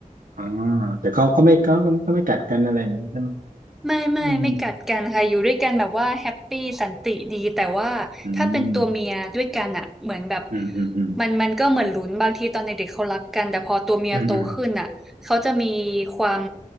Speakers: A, on the right; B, in the centre.
A: อ๋อแต่เขาก็ไม่ก็ก็ก็ไม่กัดกันอะไรอย่างนี้ใช่ไหม
B: ไม่ไม่ไม่กัดกันค่ะอยู่ด้วยกันแบบว่าแฮปปี้สันติดีแต่ว่าถ้าเป็นตัวเมียด้วยกันอ่ะเหมือนแบบ
A: อืมอืมอืมอืมอืม
B: มันมันก็เหมือนลุ้นบางทีตอนเด็กๆเขารักกันแต่พอตัวเมียโตขึ้นอ่ะเขาจะมี
A: อืมอืม
B: ความ